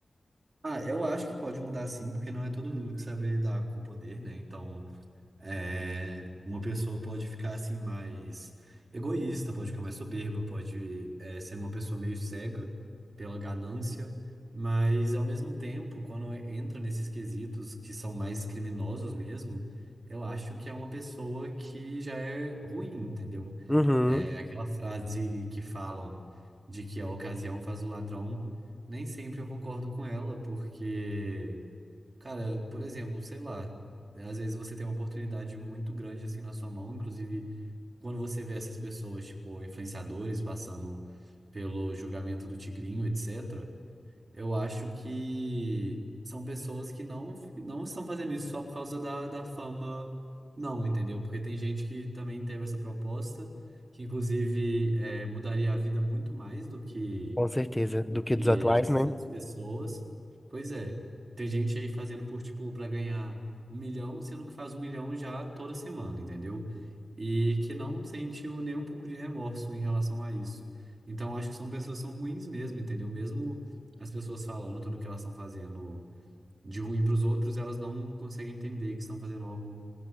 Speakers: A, on the right; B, in the centre.
A: Ah, eu acho que pode mudar sim, porque não é todo mundo que sabe lidar com poder, né? Então. É, uma pessoa pode ficar assim mais egoísta, pode ficar mais soberba, pode é, ser uma pessoa meio cega pela ganância, mas ao mesmo tempo, quando entra nesses quesitos que são mais criminosos mesmo, eu acho que é uma pessoa que já é ruim, entendeu?
B: Uhum,
A: É aquela frase que falam de que a ocasião faz o ladrão, nem sempre eu concordo com ela, porque Cara, por exemplo, sei lá, às vezes você tem uma oportunidade muito grande assim na sua mão, inclusive quando você vê essas pessoas, tipo, influenciadores passando pelo julgamento do Tigrinho, etc., eu acho que são pessoas que não, não estão fazendo isso só por causa da, da fama, não, entendeu? Porque tem gente que também teve essa proposta, que inclusive eh, mudaria a vida muito mais do que
B: com certeza.
A: do
B: Do que
A: que
B: dos atuais,
A: essas
B: né?
A: outras pessoas. Pois é, tem gente aí fazendo por, tipo, para ganhar um milhão, sendo que faz um milhão já toda semana, entendeu? E que não sentiu nem um pouco de remorso em relação a isso. Então, acho que são pessoas que são ruins mesmo, entendeu? Mesmo as pessoas falando tudo que elas estão fazendo de ruim para os outros, elas não conseguem entender que estão fazendo algo